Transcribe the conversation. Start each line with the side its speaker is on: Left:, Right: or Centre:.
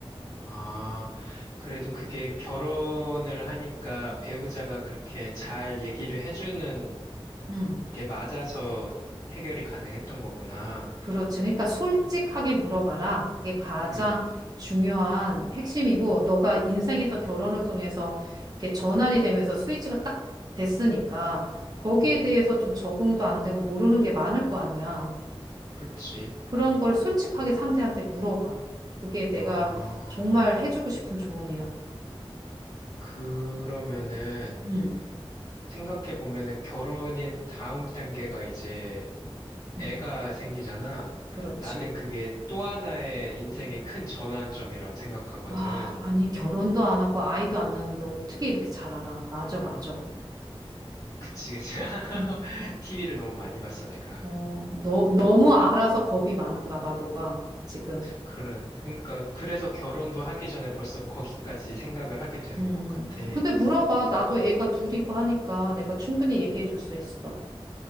Left: 아, 그래도 그게 결혼을 하니까 배우자가 그렇게 잘 얘기를 해주는
Right: 응.
Left: 이게 맞아서 해결이 가능했던 거구나.
Right: 그렇지. 그러니까 솔직하게 물어봐라. 그게 가장
Left: 응.
Right: 중요한 핵심이고, 너가 인생에서 결혼을 통해서 이렇게 전환이 되면서 스위치가 딱 됐으니까, 거기에
Left: 응.
Right: 대해서 좀 적응도 안 되고 모르는 게 많을 거 아니야.
Left: 그치.
Right: 그런 걸 솔직하게 상대한테 물어봐. 그게 내가
Left: 아,
Right: 정말 해주고 싶은 조언이야.
Left: 그러면은
Right: 응,
Left: 생각해보면은 결혼이 다음 단계가 이제
Right: 응,
Left: 애가 생기잖아.
Right: 그렇지.
Left: 나는 그게 또 하나의 인생의 큰 전환점이라고 생각하거든.
Right: 아, 아니, 결혼도 안 하고 아이도 안 낳는데 어떻게 이렇게 잘 알아? 맞아, 맞아.
Left: 그치, 그치. <laughs>
Right: 응. 어.
Left: TV를 너무 많이 봤어, 내가.
Right: 어, 너, 너무 알아서 겁이 많은가 봐, 너가 지금.
Left: 그래, 그러니까, 그래서 결혼도 하기 전에 벌써 거기까지 생각을 하게 되는
Right: 음,
Left: 것 같아.
Right: 근데 물어봐. 나도 애가 둘이고 하니까 내가 충분히 얘기해 줄 수 있어.